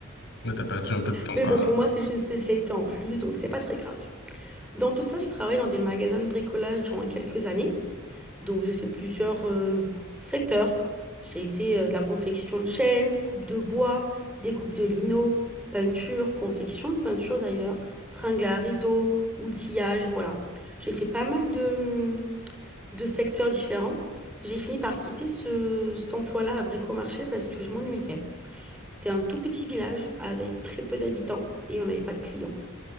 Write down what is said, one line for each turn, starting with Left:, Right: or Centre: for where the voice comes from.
Left: Mais t'as perdu un peu de temps,
Centre: Mais
Left: quoi.
Centre: bon, pour moi, c'est juste une spécialité en plus, donc c'est pas très grave. Dans tout ça, j'ai travaillé dans des magasins de bricolage durant quelques années. Donc j'ai fait plusieurs euh, secteurs. J'ai été euh, de la confection de chaînes, coupe de bois, découpe de lino, peinture, confection de peinture d'ailleurs, tringle à rideaux, outillage, voilà. J'ai fait pas mal de, de secteurs différents. J'ai fini par quitter ce, cet emploi-là à Bricomarché parce que je m'ennuyais. C'était un tout petit village avec très peu d'habitants et on n'avait pas de clients.